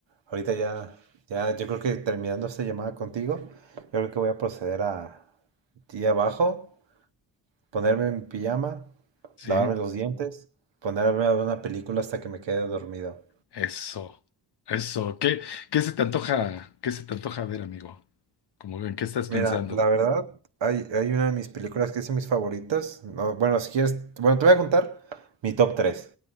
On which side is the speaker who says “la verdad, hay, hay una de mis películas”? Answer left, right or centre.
Right